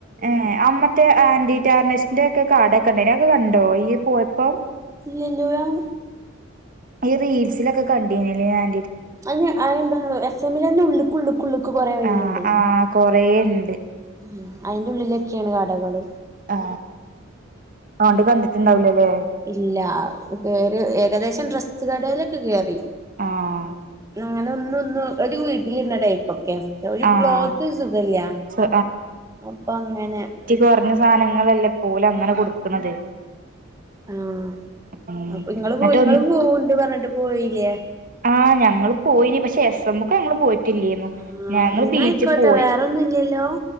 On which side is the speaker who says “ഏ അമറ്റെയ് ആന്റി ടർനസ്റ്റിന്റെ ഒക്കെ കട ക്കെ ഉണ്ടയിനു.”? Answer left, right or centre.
Right